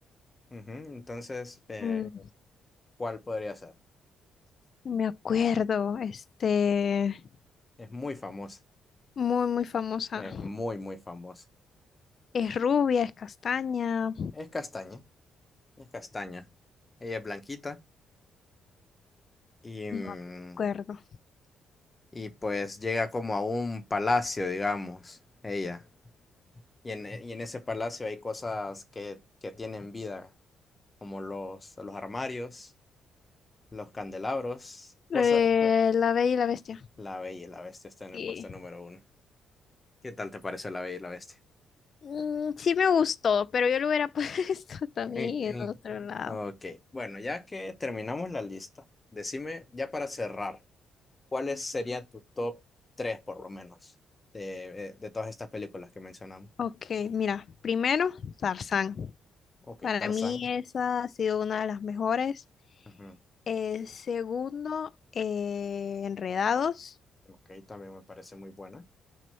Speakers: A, on the left; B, on the left.
A: Ujú, Entonces, eh,
B: mm,
A: ¿cuál podría ser?
B: me acuerdo. Este,
A: Es muy famosa,
B: muy, muy famosa.
A: es muy, muy famosa.
B: Es rubia, es castaña.
A: Es castaña, es castaña. Ella es blanquita y,
B: No
A: mm,
B: recuerdo.
A: y pues llega como a un palacio, digamos, ella. Y en, e- y en ese palacio hay cosas que, que tienen vida, como los, los armarios, los candelabros, cosas...
B: Eh, La Bella y la Bestia.
A: La Bella y la Bestia está en
B: Sí.
A: el puesto número uno. ¿Qué tal te pareció La Bella y la Bestia?
B: Mm, sí me gustó, pero yo lo hubiera <laughs> puesto también
A: Eh, eh,
B: en otro lado.
A: Ok, bueno, ya que terminamos la lista, decime, ya para cerrar, ¿cuáles sería tu top 3 por lo menos de, de- de todas estas películas que mencionamos?
B: Ok, mira, primero, Tarzán.
A: Ok,
B: Para
A: Tarzán.
B: mí esa ha sido una de las mejores.
A: Ujú.
B: Eh, segundo, eh, Enredados.
A: Ok, también me parece muy buena.